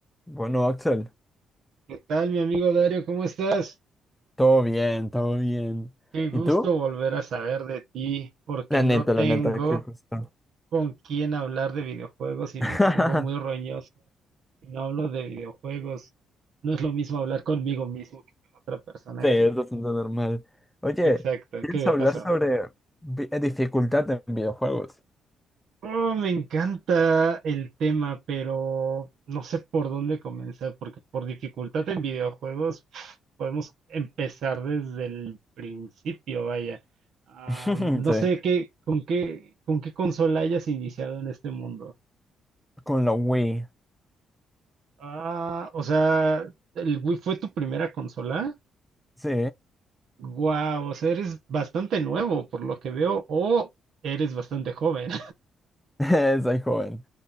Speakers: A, in the centre; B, on the right (about 70°).
A: Bueno, Axel,
B: ¿Qué tal, mi amigo Dario? ¿Cómo estás?
A: todo bien, todo bien.
B: Qué gusto
A: ¿Y tú?
B: volver a saber de ti, porque
A: La
B: no
A: neta,
B: tengo
A: la neta, qué justo.
B: con quién hablar de videojuegos y
A: <laughs>
B: me pongo muy roñoso. y No hablo de videojuegos. No es lo mismo hablar conmigo mismo que con otra persona
A: Sí, es
B: que...
A: bastante normal. Oye,
B: Exacto,
A: ¿quieres
B: ¿qué me
A: hablar
B: pasa?
A: sobre vi- eh, dificultad en videojuegos?
B: Oh, me encanta el tema, pero no sé por dónde comenzar, porque por dificultad en videojuegos pf, podemos empezar desde el principio, vaya. Ah,
A: <laughs>
B: no
A: Sí,
B: sé qué, con qué, con qué consola hayas iniciado en este mundo.
A: con la Wii.
B: Ah, o sea, ¿el Wii fue tu primera consola?
A: Sí,
B: Guau, o sea, eres bastante nuevo por lo que veo, o eres bastante joven.
A: <laughs> soy joven.